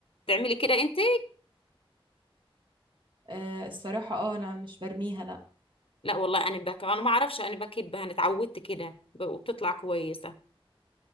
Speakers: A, on the left; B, on the right.
A: تعملي كده انت
B: آه الصراحة اه انا مش برميها لا
A: لا والله انا بك انا ما اعرفش انا بكبها انا اتعودت كده ب- وبتطلع كويسه